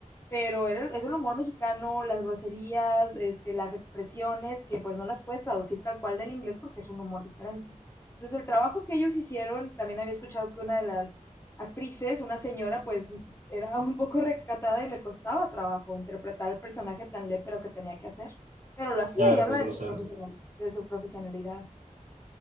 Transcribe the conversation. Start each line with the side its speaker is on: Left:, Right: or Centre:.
Left: pero era- es el humor mexicano, las groserías, este, las expresiones, que pues no las puedes traducir tal cual del inglés porque es un humor diferente. Entonces el trabajo que ellos hicieron, también había escuchado que una de las actrices, una señora, pues era un poco recatada y le costaba trabajo interpretar el personaje tan lépero que tenía que hacer, pero lo hacía
Right: Ah,
Left: y
Right: era
Left: habla
Right: muy grosero.
Left: de su profesional, de su profesionalidad.